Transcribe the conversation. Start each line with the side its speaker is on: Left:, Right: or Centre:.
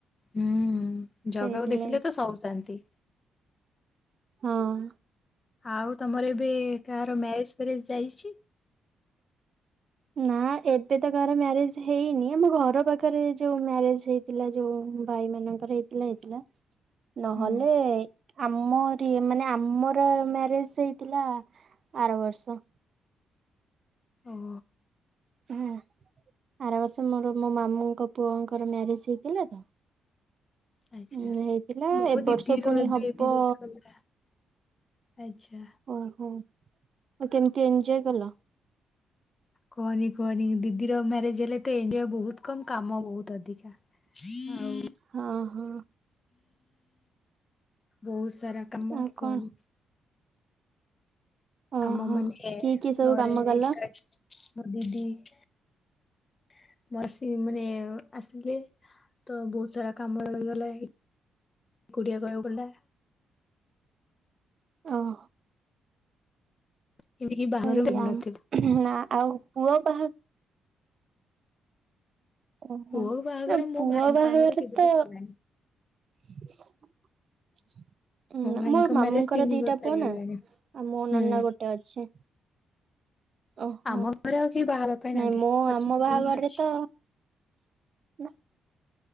Left: ହୁଁ ଜଗାକୁ
Right: ସେଇଥିଲାଗି
Left: ଦେଖିଲେ ତ ସବୁ ଶାନ୍ତି।
Right: ହଁ।
Left: ଆଉ ତମର ଏବେ କାହାର ମ୍ୟାରେଜ ଫ୍ୟାରେଜ ଯାଇଛି?
Right: ନା ଏବେ ତ କାହାର ମ୍ୟାରେଜ ହେଇନି ଆମ ଘର ପାଖରେ ଯୋଉ ମ୍ୟାରେଜ ହେଇଥିଲା ଯୋଉ ଭାଇ ମାନଙ୍କର ହେଇଥିଲା ହେଇଥିଲା ନହେଲେ
Left: ହୁଁ।
Right: ଆମ ଟି ଏ ମାନେ ଆମର ମ୍ୟାରେଜ ହେଇଥିଲା ଆର ବର୍ଷ।
Left: ଓହୋ।
Right: ହୁଁ। ଆର ବର୍ଷ ମୋର ମୋ ମାମୁଁଙ୍କ ପୁଅଙ୍କର ମ୍ୟାରେଜ ହେଇଥିଲା ତ।
Left: ଆଚ୍ଛା
Right: ଉଁ ହେଇଥିଲା
Left: ମୋ
Right: ଏ
Left: ଦିଦିର
Right: ବର୍ଷ ପୁଣି
Left: ଏବେ
Right: ହବ
Left: ମ୍ୟାରେଜ କଲା। ଆଚ୍ଛା।
Right: ଓହୋ ଆଉ କେମିତି ଏଞ୍ଜୋଅୟ୍ କଲ?
Left: କୁହନି କୁହନି ଦିଦିର ମ୍ୟାରେଜ୍ ହେଲେ ତ ଏଞ୍ଜଏ ବୋହୁତ କମ୍ କାମ ବୋହୁତ ଅଧିକା ଆଉ
Right: ହଁ ହଁ
Left: ବୋହୁତ ସାରା କାମ
Right: ଆଉ କଣ?
Left: କୁହନି।
Right: ଓହୋ
Left: ଆମ ମାନେ ଏ
Right: କିଏ କିଏ ସବୁ
Left: ଘରେ
Right: କାମ କଲ
Left: ଏକା ମୋ ଦିଦି <inaudible> ମୁଁ ଆସି ମାନେ ଆସିଲେ ତ ବୋହୁତ ସାରା କାମ ରହିଗଲା ଏ କୁଟିଆ କଥୁଲା।
Right: ଓଃ।
Left: ଏମିତିକି ବାହାଘର
Right: ଏ
Left: ହେଇନଥିଲା
Right: ଆଉ ଆ ନାଁ ଆଉ ପୁଅ ବାହା ଓହୋ
Left: ପୁଅ ବାହାଘର
Right: ନାଁ
Left: ମୋ
Right: ପୁଅ
Left: ଭାଇଙ୍କ
Right: ବାହାଘର
Left: କେବେଠୁ
Right: ତ
Left: ସରିଲାଣି।
Right: <inaudible> ଉଁ
Left: ଭାଇଙ୍କ
Right: ମୋ ମାମୁଙ୍କର
Left: ମ୍ୟାରେଜ ତିନି
Right: ଦିଟା
Left: ବର୍ଷ ହେଇଗଲାଣି
Right: ପୁଅ ନାଁ ଆଉ ମୋ
Left: ହୁଁ
Right: ନନା ଗୋଟେ ଅଛି। ଓହୋ
Left: ଆମ ଘରେ ଆଉ କେହି ବାହାହେବା ପାଇଁ ନାହାନ୍ତି
Right: ନାଇଁ ମୁଁ
Left: ବାସ୍
Right: ଆମ ବାହାଘରରେ
Left: ହିଁ ଅଛି।
Right: ତ ନାଁ